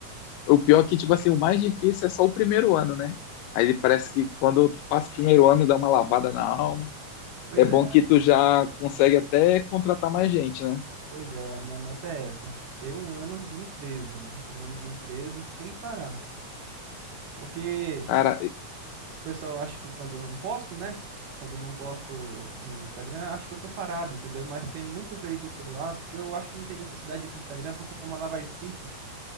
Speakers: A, on the left (about 85°); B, on the right (about 75°).
A: O pior é que, tipo assim, o mais difícil é só o primeiro ano, né? Aí parece que quando tu passa o primeiro ano, dá uma lavada na alma.
B: Pois
A: É bom
B: é,
A: que
B: aí-
A: tu já consegue até contratar mais gente, né?
B: pois é, a minha meta é essa, ter um ano de empresa, né? Um ano de empresa sem parar. Porque
A: Cara,
B: o pessoal acha que quando eu não posto, né? Quando eu não posto no Instagram, acha que eu tô parado, entendeu? Mas tem muito veículo que eu lavo que eu acho que não tem necessidade de ir pro Instagram porque foi uma lavagem simples.